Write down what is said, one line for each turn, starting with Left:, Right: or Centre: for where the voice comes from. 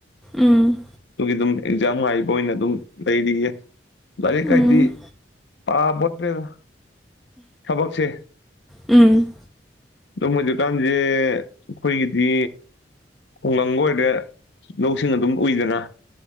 Centre: ꯎꯝ
Left: ꯑꯗꯨꯒꯤ ꯑꯦꯛꯖꯥꯝ ꯉꯥꯏꯕ ꯑꯣꯏꯅ ꯑꯗꯨꯝ ꯂꯩꯔꯤꯌꯦ ꯂꯥꯏꯔꯤꯛ
Centre: ꯎꯝ
Left: ꯀꯥꯏꯗꯤ ꯄꯥꯄꯣꯠꯇꯔ꯭ꯦꯗꯥ ꯊꯕꯛꯁꯦ
Centre: ꯎꯝ
Left: ꯑꯗꯨꯝ ꯍꯧꯖꯤꯛꯀꯥꯟꯁꯦ ꯑꯈꯣꯏꯒꯤꯗꯤ ꯈꯨꯡꯒꯪꯒ ꯑꯣꯏꯔꯦ ꯂꯧꯁꯤꯡ ꯑꯗꯨꯝ ꯎꯏꯗꯅ